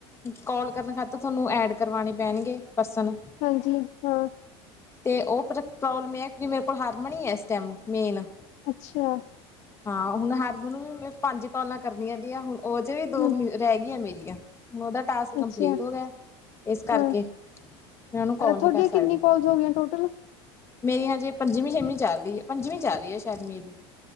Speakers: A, on the left (about 20°); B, on the left (about 55°).
A: ਕੋਾਲ ਕਰਨ ਖਾਤਰ ਤੁਹਾਨੂੰ ਐਡ ਕਰਵਾਣੇ ਪੈਣਗੇ ਪਰਸਨ।
B: ਹਾਂਜੀ ਹਾਂ
A: ਤੇ ਉਹ ਪ੍ਰੋਬਲਮ ਇਹ ਆ ਕਿਉਂਕਿ ਮੇਰੇ ਕੋਲ ਹਾਰਮਨ ਈ ਆ ਇਸ ਟਾਈਮ ਮੇਨ।
B: ਅੱਛਾ
A: ਹਾਂ ਹੁਣ ਹਰਮਨ ਵੀ ਮੈਂ ਪੰਜ ਕਾਲਾਂ ਕਰਨੀਆਂ ਦੀਆਂ ਹੁਣ ਉਹ ਜੇ ਵੀ ਦੋ
B: ਹੂੰ
A: ਰਹਿ ਗਈਆਂ ਮੇਰੀਆਂ, ਉਹਦਾ ਟਾਸਕ ਕੰਪਲੀਟ
B: ਅੱਛਾ
A: ਹੋ ਗਿਆ‌ ਇਸ ਕਰਕੇ
B: ਹਾਂ
A: ਮੈਂ ਉਹਨੂੰ ਕਾਲ
B: ਤੁਹਾਡੀਆਂ
A: ਨੀ ਕਰ ਸਕਦੀ।
B: ਕਿੰਨੀ ਕੋਲਸ ਹੋ ਗਈਆਂ ਟੋਟਲ?
A: ਮੇਰੀ ਹਜੇ ਪੰਜਵੀਂ-ਛੇਵੀਂ ਚੱਲ ਰਹੀ ਹੈ ਪੰਜਵੀਂ ਚੱਲ ਰਹੀ ਆ ਸ਼ਾਇਦ ਮੇ ਵੀ।